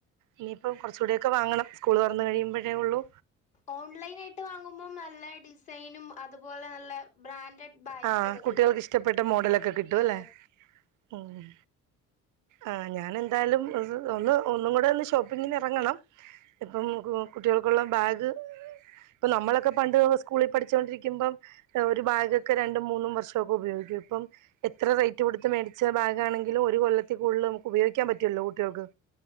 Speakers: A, on the right; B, on the left.
A: ഇനിയിപ്പംകൊറചൂടെ ക്കെവാങ്ങണംസ്കൂള് തോറന്ന് കഴിയുമ്പഴേള്ളൂ
B: ഓൺലൈനായിട്ട് വാങ്ങുമ്പോ നല്ല ഡിസൈനും അതുപോലെ നല്ല ബ്രാൻഡഡ് ബാഗ്സ്
A: ആഹ്
B: ഒക്കെ
A: കുട്ടിൾക്കിഷ്ടപ്പെട്ട
B: കിട്ടും
A: മോഡലൊക്കെകിട്ടുവല്ലേ
B: ആ
A: ആഹ് ആഹ് ഞാനെന്തായാലുംഒസ്ഒന്നും ഒന്നുകൂടെഒന്ന്ഷോപ്പിങ്ങിന് എറങ്ങണം. ഇപ്പം കുട്ടികൾക്കുള്ളബാഗ് ഇപ്പംനമ്മളൊക്കെപണ്ട് സ്കൂളി പഠിച്ചുകൊണ്ടിരിക്കുമ്പംഒരുബാഗ് ക്കെരണ്ടുംമൂന്നുംവർഷൊക്കെ ഉപയോഗിക്കുംഇപ്പം എത്രറേറ്റ്കൊടുത്ത്മേടിച്ച ബാഗമാണെങ്കിലുംഒരുകൊല്ലത്തി കൂടുൽനമുക്കുപയോഗിക്കാൻ പറ്റുലല്ലോ കുട്ടികൾക്ക്